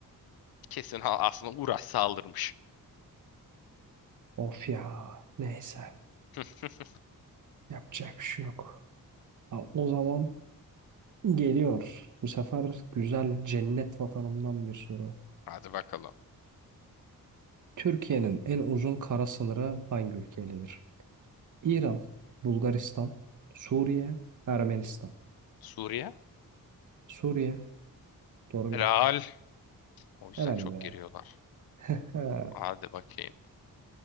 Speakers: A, on the left; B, on the right.
A: Kesin ha- aslında uğraşsa alırmış.
B: Of ya. Neyse.
A: <laughs>
B: Yapacak bir şey yok. Ha, o zaman geliyor. Bu sefer güzel cennet vatanımdan bir soru.
A: Hadi bakalım.
B: Türkiye'nin en uzun kara sınırı hangi ülkeyledir? İran, Bulgaristan, Suriye, Ermenistan.
A: Suriye?
B: Suriye. Doğru
A: Helal.
B: bildim.
A: O yüzden
B: Helal
A: çok
B: be.
A: giriyorlar.
B: <laughs>
A: Hadi bakayım.